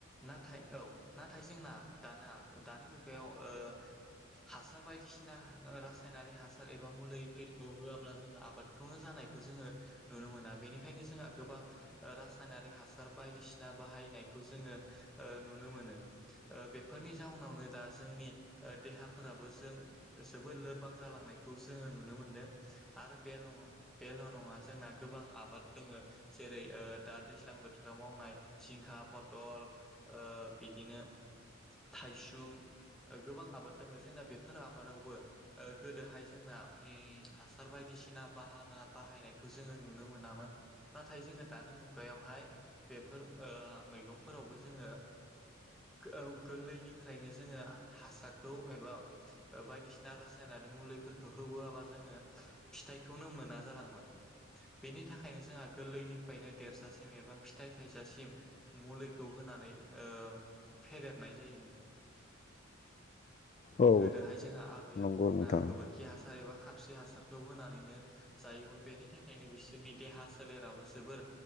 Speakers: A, in the centre; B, on the left.
A: नाथाय औ नाथाय जोंना दाना दानि मुगायाव ओ हासार बायदिसिना रासायनारि हासार एबा मुलि इफोरबादिखौ होवाब्ला जोङो आबादखौनो जानाय जोङो नुनो मोना बेनिखायनो जोंहा गोबां रासायनारि हासार बायदिसिना बाहायनायखौ जोङो ओ नुनो मोनो ओ बेफोरनि जाउनावनो दा जोंनि देहाफोराबो जों जोबोद लोरबां जालांनायखौ जोङो नुनो मोनदों आरो बेनं बेल' नङा जोंना गोबां आबाद दोङो जेरै ओ दा दैज्लां बोथोराव मावनाय जिंखा पटल ओ बिदिनो थायसुम गोबां आबाद दङ जोंना बेफोर आबादावबो ओ गोदोहाय जोंना उम हासार बायदिसिना भाहारा बाहायनायखौ जोङो नुनो मोनामोन नाथाय जोङो दानि मुगायावहाय बेफोर ओ मैगंफोरावबो जोङो गौ गोरलैनिफ्रायनो जोङो हासारखौ एबा बायदिसिना रासायनारि मुलिफोरखौ होबोवाबा जोङो फिथाइखौनो मोना। जालांबाय बेनि थाखायनो जोंहा गोरलैनिफ्रायनो देरजासिम एबा फिथाइ थाइजासिम मुलिखौ होनानै ओ फेदेरनाय जायोमोन।
B: औ
A: गोदोहाय जोंहा आबै
B: नंगौ
A: आबौमोना
B: नोंथां
A: गोबोरखि हासार हासार एबा खानस्रि हासारखौ होनानैनो जायोमोन बेनि थाखायनो बिसोरनि देहा सोलेराबो जोबोर